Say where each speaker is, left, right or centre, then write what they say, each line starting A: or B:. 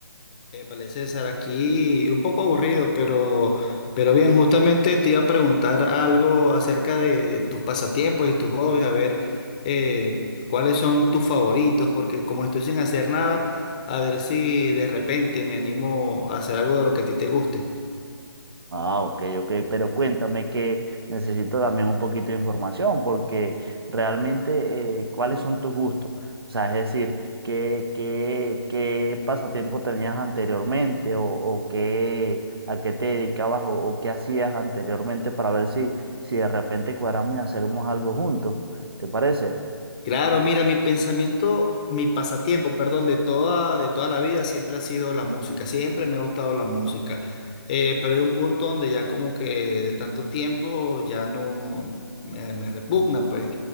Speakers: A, on the left; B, on the right.
A: Épale, César, aquí un poco aburrido, pero, pero bien, justamente te iba a preguntar algo acerca de, de tus pasatiempos y tus hobbies, a ver eh, cuáles son tus favoritos, porque como estoy sin hacer nada, a ver si de repente me animo a hacer algo de lo que a ti te guste.
B: Ah, ok, ok, pero cuéntame que necesito también un poquito de información porque realmente eh, cuáles son tus gustos. O sea, es decir, ¿qué, qué, qué pasatiempo tenías anteriormente o, o qué, a qué te dedicabas o, o qué hacías anteriormente para ver si, si de repente cuadramos y hacemos algo juntos? ¿Te parece?
A: Claro, mira, mi pensamiento, mi pasatiempo, perdón, de toda, de toda la vida siempre ha sido la música, siempre me ha gustado la música, Eh, pero hay un punto donde ya como que de tanto tiempo ya no, no- me, me repugna, pues.